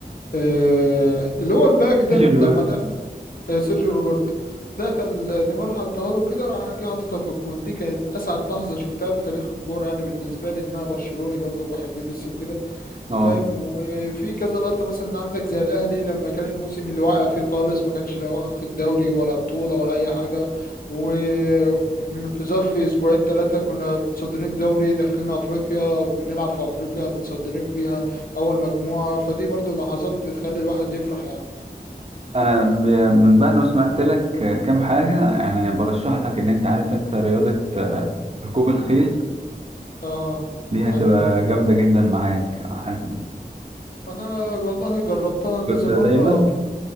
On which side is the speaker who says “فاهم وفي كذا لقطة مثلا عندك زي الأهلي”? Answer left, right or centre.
Left